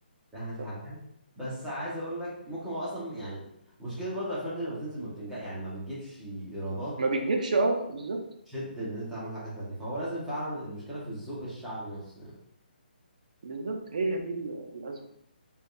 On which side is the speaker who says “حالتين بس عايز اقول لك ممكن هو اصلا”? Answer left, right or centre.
Centre